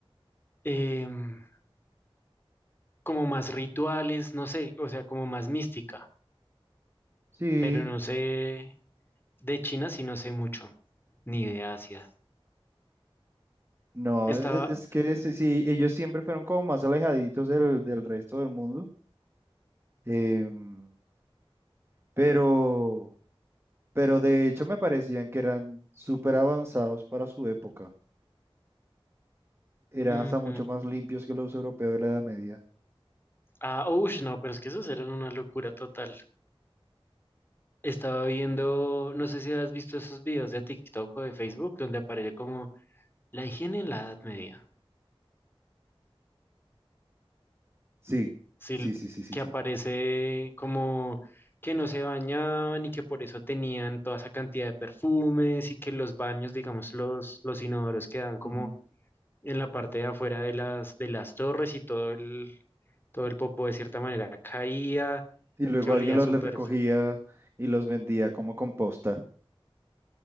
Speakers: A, on the left; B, on the right.
A: em, como más rituales, no sé, o sea, como más mística,
B: Sí.
A: pero no sé, de China sí no sé mucho, ni de Asia.
B: No,
A: Estaba,
B: e- e- es que sí, sí, ellos siempre fueron como más alejaditos del, del resto del mundo. Em, pero, pero de hecho me parecían que eran súper avanzados para su época. Eran
A: ujú.
B: hasta mucho más limpios que los europeos de la Edad Media.
A: Ah, ush, no, pero es que esos eran una locura total. Estaba viendo, no sé si has visto esos videos de TikTok o de Facebook, donde aparece como la higiene en la Edad Media.
B: Sí,
A: sí,
B: sí, sí, sí, sí,
A: que
B: sí.
A: aparece como que no se bañaban y que por eso tenían toda esa cantidad de perfumes y que los baños, digamos, los, los inodoros quedan como
B: Ujú.
A: en la parte de afuera de las, de las torres y todo el, todo el popó de cierta manera caía,
B: Y luego
A: que olía
B: alguien los
A: súper
B: le recogía
A: feo
B: y los vendía como composta.